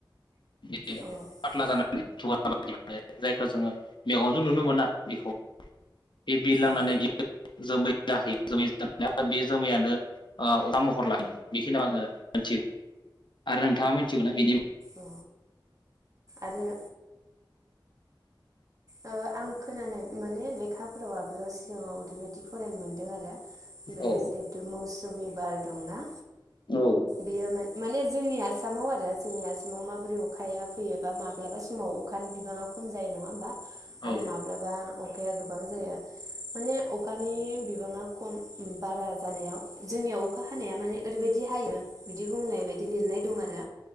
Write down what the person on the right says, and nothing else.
औ
औ
औ
औ आरो ओ आं खोनानाय माने लेखाफोराव आगोलाव सिगाङाव ओरैबायदि फरायनो मोनदों आरो बे
जिहेथु मौसुमि बार दंना
बेयो मां माने ज जोंनि आसामाव आरो जोंनि आसामाव माबोरै अखाया फैयोबा माब्लाबा समाव अखानि बिबाङा खम जायो नङा होनबा
आरो माब्लाबा अखाया गोबां जायो माने अखानि बिबाङा खम बारा जानायाव जोंनियाव अखा हानाया माने ओरैबायाददि हायो बिदि बुंनाय बायदि लिरनाय दं आरो